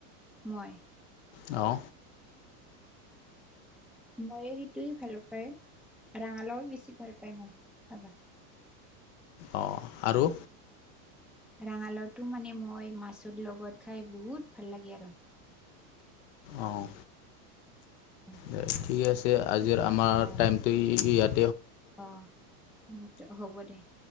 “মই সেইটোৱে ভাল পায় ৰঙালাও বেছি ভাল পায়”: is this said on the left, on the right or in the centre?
Centre